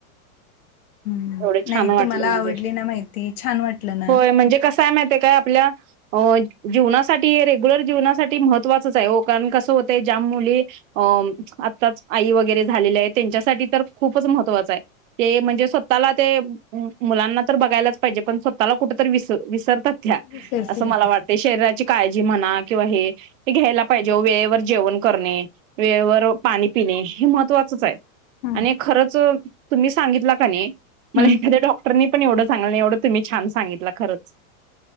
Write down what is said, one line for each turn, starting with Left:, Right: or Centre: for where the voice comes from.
Left: <inaudible>
Right: एवढे
Left: नाही
Right: छान वाटले
Left: तुम्हाला
Right: म्हणजे
Left: आवडली ना माहिती छान वाटलं ना
Right: होय म्हणजे कसाय माहितेय काय आपल्या. अ जीवनासाठी रेग्युलर जीवनासाठी महत्त्वाचच आहे. हो कारण कसं होतय ज्या मुली. अ आत्ताच आई वगैरे झालेली आहे. त्यांच्यासाठी तर खूपच महत्त्वाचं आहे. ते म्हणजे स्वतःला ते मुलांना तर बघायलाच पाहिजे पण स्वतःला कुठ तरी विस विस तर सध्या
Left: विसरतोय
Right: अस मला
Left: आपण
Right: वाट शरीराची काळजी म्हणा किंवा हे हे घ्यायला पाहिजे जेव वेळेवर जेवण करणे वेळेवर पाणी पिणे हे महत्त्वाचंच आहे.
Left: हम्म
Right: आणि खरच तुम्ही सांगितला का नाही मला
Left: हम्म
Right: एखाद्या डॉक्टरनी पण एवढं चांगल एवढं तुम्ही छान सांगितलं खरच.